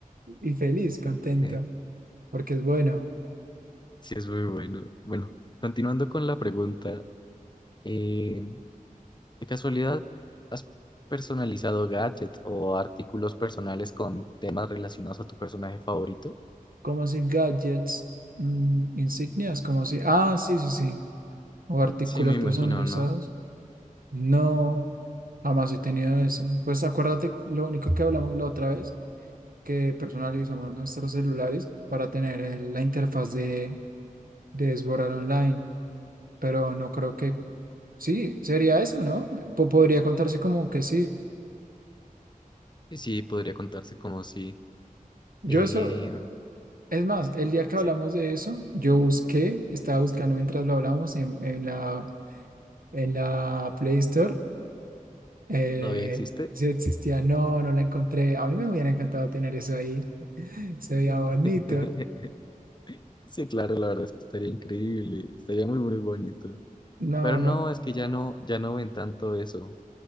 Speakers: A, on the right; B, on the left.
A: y feliz, contento,
B: <laughs>
A: porque es bueno.
B: Sí, es muy bueno. Bueno, continuando con la pregunta. eh, ¿De casualidad has personalizado gadgets o artículos personales con temas relacionados a tu personaje favorito?
A: Como si gadgets, mm, insignias, como si, ah, sí, sí, sí, o artículos
B: Sí, me imagino,
A: personalizados.
B: ¿no?
A: No, jamás he tenido eso. Pues acuérdate lo único que hablamos la otra vez, que personalizamos nuestros celulares para tener el- la interfaz de, de Sword Art Online. pero no creo que sí, sería eso, ¿no? Po- podría contarse como que sí.
B: Y Sí, podría contarse como si...
A: Yo
B: Eh,
A: eso, es más, el día que
B: sí,
A: hablamos de eso, yo busqué, estaba buscando mientras lo hablamos en, en la, en la Play Store, eh,
B: todavía existe.
A: si existía, no, no la encontré. A mí me hubiera encantado tener eso ahí, <laughs> se veía
B: Sí,
A: bonito.
B: <laughs> Sí, claro, la verdad es que estaría increíble, estaría muy, muy bonito.
A: No,
B: Pero no,
A: no,
B: es que ya no, ya no ven tanto eso